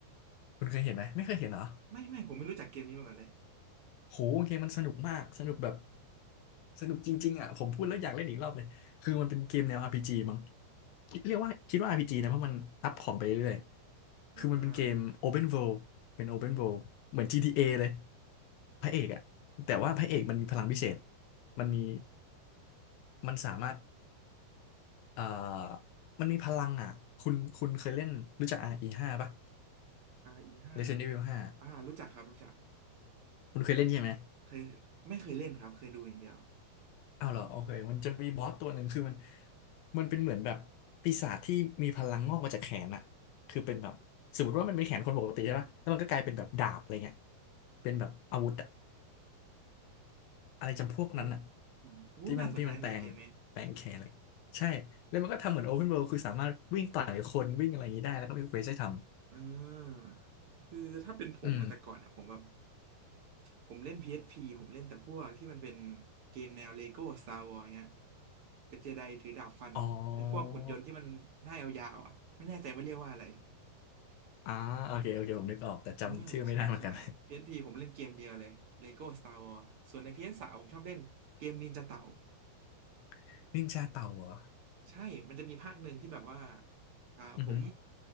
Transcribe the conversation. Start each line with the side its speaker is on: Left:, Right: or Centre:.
Left: คุณเคยเห็นไหม ไม่เคยเห็นเหรอ
Right: ไม่ไม่ผมไม่รู้จักเกมนี้มาก่อนเลย
Left: โหเกมมันสนุกมาก สนุกแบบสนุกจริงๆอ่ะผมพูดแล้วอยากเล่นอีกรอบเลย คือมันเป็นเกมแนว RPG มั้งเรียกว่าคิดว่าอาร์พีจีนะเพราะมันอัพของไปเรื่อย
Right: อ่า
Left: คือมันเป็นเกม Open World เป็น Open World เหมือน GTA เอเลยพระเอกอะแต่ว่าพระเอกมันมีพลังพิเศษมันมีมันสามารถเอ่อมันมีพลังอะคุณคุณเคยเล่นรู้จัก RE5 ป่ะ
Right: r ีห้า
Left: Resident Evil 5
Right: อ่ารู้จักครับรู้จัก
Left: คุณเคยเล่นใช่ไหม
Right: เคยไม่เคยเล่นครับเคยดูอย่างเดียว
Left: อ้าวเหรอโอเคมันจะมีบอสตัวหนึ่งคือมันมันเป็นเหมือนแบบปีศาจที่มีพลังงอกมาจากแขนอะคือเป็นแบบสมมติว่ามันเป็นแขนคนปกติใช่ป่ะแล้วมันก็กลายเป็นแบบดาบอะไรเงี้ยเป็นแบบอาวุธอะ อะไรจำพวกนั้นอะ
Right: โอ้โหโอ้น่าสนใจในเกมนี้
Left: ที่มันที่มันแปลงแปลงแขนอะไรใช่แล้วมันก็ทำเหมือนโอเพนเวิลด์คือสามารถวิ่งต่อยคนวิ่งอะไรอย่างนี้ได้แล้วก็มีเควสให้ทำ
Right: เออคือถ้าเป็นผมนะแต่ก่อนเนี่ยผมแบบ
Left: อืม
Right: ผมเล่น PSP ผมเล่นแต่พวกที่มันเป็นเกมแนวเลโก้ Star Wars เงี้ยเป็นเจไดถือดาบฟันไอ้พวกหุ่นยนต์ที่มันหน้ายาวๆอ่ะไม่แน่ใจว่าเรียกว่าอะไร
Left: อ๋ออ่าโอเคโอเคผมนึกออกแต่จำชื่อไม่ได้เหมือนกัน
Right: เออใช่ใช่ PSP ผมเล่นเกมเดียวเลย Lego Star Wars ส่วนใน PS3 ผมชอบเล่นเกมนินจาเต่า
Left: <laughs> นินจาเต่าเหรอ
Right: ใช่มันจะมีภาคหนึ่งที่แบบว่าอ่าผม
Left: อือฮึ